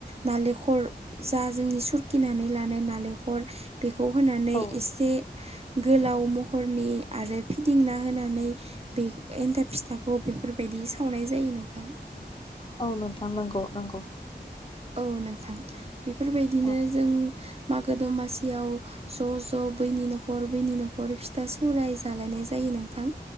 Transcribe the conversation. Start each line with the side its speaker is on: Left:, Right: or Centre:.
Right: नालेखर जा जोंनि सुरखिनानै लानाय नालेखर बेखौ होनानै
Left: औ
Right: एसे गोलाव महरनि आरो फिदिंना होनानै बे एन्थाब फिथाखौ बेफोरबायदि सावनाय जायो नोंथां।
Left: औ नोंथां नंगौ नंगौ।
Right: औ नोंथां बेफोरबायदिनो
Left: औ
Right: जों मागो दमासियाव ज' ज' बैनि न'खर बैनि न'खर फिथा सौराय जालायनाय जायो नोंथां।